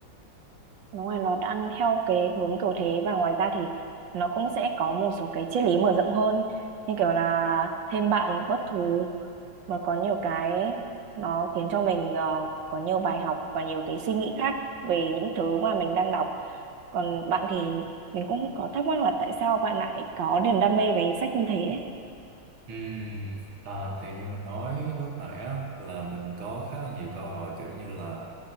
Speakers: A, on the right; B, on the right.
A: đúng rồi nó đang theo cái hướng kiểu thế và ngoài ra thì nó cũng sẽ có một số cái triết lý mở rộng hơn như kiểu là thêm bạn bớt thù mà có nhiều cái nó khiến cho mình ờ, có nhiều bài học và nhiều cái suy nghĩ khác về những thứ mà mình đang đọc còn bạn thì mình cũng có thắc mắc là tại sao bạn lại có niềm đam mê với sách như thế ấy.
B: Ừm, à, thì như mình nói lúc nãy á là mình có khá là nhiều câu hỏi kiểu như là